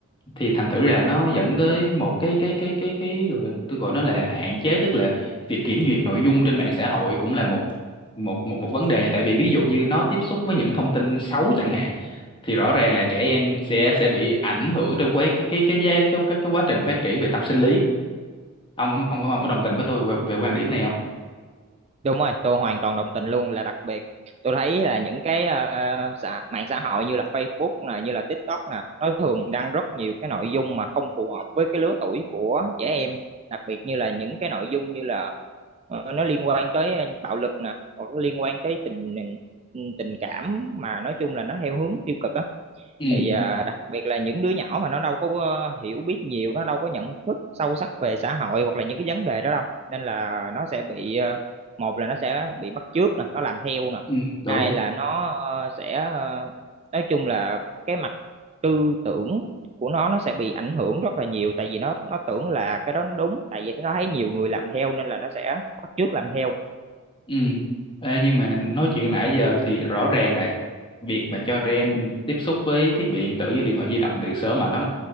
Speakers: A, on the left (about 25°); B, on the right (about 30°).
A: thì thành thử là nó dẫn tới một cái cái cái cái cái gọi, tôi gọi nó là hạn chế tức là việc kiểm duyệt nội dung trên mạng xã hội cũng là một một một một vấn đề nha tại vì ví dụ như nó tiếp xúc với những thông tin xấu chẳng hạn thì rõ ràng là trẻ em sẽ sẽ bị ảnh hưởng trong cái cái cái cái giai- cái cái, cái quá trình phát triển về tâm sinh lý ông ông ông ông có đồng tình với tôi về, về quan điểm này không
B: Đúng rồi, tôi hoàn toàn đồng tình luôn là đặc biệt tôi thấy là những cái ờ, xã, mạng xã hội như là Facebook nè, như là TikTok nè, nó thường đăng rất nhiều cái nội dung mà không phù hợp với cái lứa tuổi của trẻ em, đặc biệt như là những cái nội dung như là ờ, nó liên quan tới ờ, bạo lực nè, hoặc nó liên quan tới tình tình cảm mà nói chung là nó theo hướng tiêu cực á
A: ừ
B: thì à, đặc biệt là những đứa nhỏ mà nó đâu có ờ, hiểu biết nhiều nó đâu có nhận thức sâu sắc về xã hội hoặc là những cái vấn đề đó đâu nên là nó sẽ bị ờ, một là nó sẽ bị bắt chước nè nó làm theo nè
A: ừ đúng
B: hai là nó ờ, sẽ ờ, nói chung là cái mặt tư tưởng của nó nó sẽ bị ảnh hưởng rất là nhiều tại vì nó nó tưởng là cái đó nó đúng tại vì nó thấy nhiều người làm theo nên là nó sẽ bắt chước làm theo
A: Ừ. Ê, nhưng mà nói chuyện nãy giờ thì rõ ràng là việc mà cho trẻ em tiếp xúc với thiết bị điện tử như điện thoại di động từ sớm mà nó